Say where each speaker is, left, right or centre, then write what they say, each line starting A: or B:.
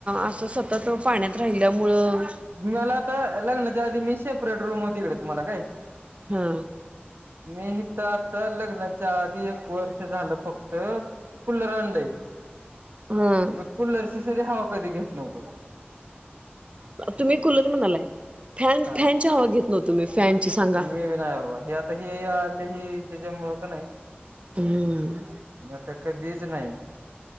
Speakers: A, on the right; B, on the right.
A: असं सतत पाण्यात राहिल्या मुळं.
B: मला आता लग्नाच्या आधी मी सेपरेट रूम होती, तिकडे मला काय?
A: हा.
B: मी तर आता लग्नाच्या आधी एक वर्ष झालं फक्त कुलर आणलाय
A: हा
B: मग कुलरची साधी हवा कधी घेत नव्हतो.
A: तुम्ही कुलर म्हणालाय फॅन
B: हा
A: फॅनच्या हवा घेत नव्हतो मी. फॅनची सांगा
B: मी बी नाय बाबा, हे आता ह आली ही तेच्या मुळ का नाही.
A: हम.
B: आता कधीच नाही.